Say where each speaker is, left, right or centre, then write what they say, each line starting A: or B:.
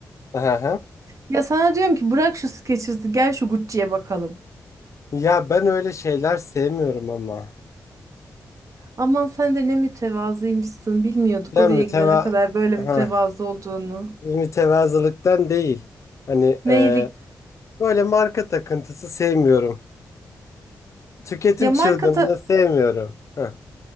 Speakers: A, on the left (about 50°); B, on the right (about 55°).
A: Hı hı.
B: Ya sana diyorum ki bırak şu Skechers'ı gel şu Gucci'ye bakalım.
A: Ya ben öyle şeyler sevmiyorum ama.
B: Aman sen de ne mütevazıymışsın. Bilmiyorduk
A: Ya
B: oraya
A: müteva
B: gidene kadar böyle
A: Hı.
B: mütevazı olduğunu.
A: mütevazılıktan değil. Hani
B: Ne
A: e, böyle marka takıntısı sevmiyorum. Tüketim
B: Ya marka
A: çılgınlığı
B: ta-
A: sevmiyorum. Hı.